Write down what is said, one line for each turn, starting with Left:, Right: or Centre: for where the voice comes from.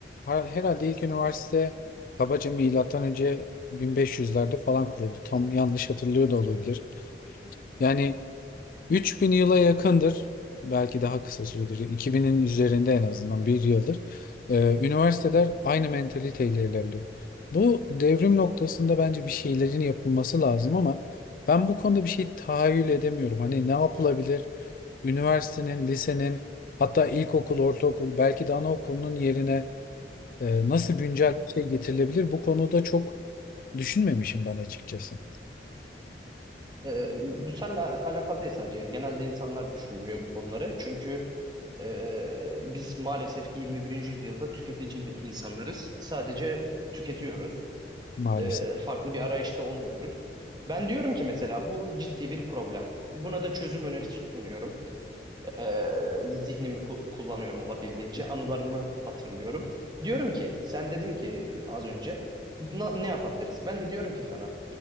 Left: her- herhalde ilk üniversite kabaca milattan önce 1500'lerde falan kuruldu. Tam yanlış hatırlıyor da olabilir. Yani 3000 yıla yakındır. Belki daha kısa süredir. 2000'in üzerinde en azından bir yıldır. Ee, üniversiteler aynı mentaliteyle ilerliyor. Bu devrim noktasında bence bir şeylerin yapılması lazım ama ben bu konuda bir şey tahayyül edemiyorum. Hani ne yapılabilir? Üniversitenin, lisenin, hatta ilkokul, ortaokul, belki de anaokulunun yerine e, nasıl güncel bir şey getirilebilir? Bu konuda çok düşünmemişim ben açıkçası
Right: Ee, bu seninle alakalı değil sadece. Genelde insanlar düşünmüyor bu konuları. Çünkü e, biz maalesef ki 21. yüzyılda tüketici bir insanlarız. Sadece tüketiyoruz.
Left: maalesef.
Right: Ee, farklı bir arayışta olmuyoruz. Ben diyorum ki mesela bu ciddi bir problem. Buna da çözüm önerisi sunuyorum. Ee, zihnimi ku- kullanıyorum olabildiğince. Anılarımı hatırlıyorum. Diyorum ki sen dedin ki e, az önce "Na- ne yapabiliriz? Ben de diyorum ki sana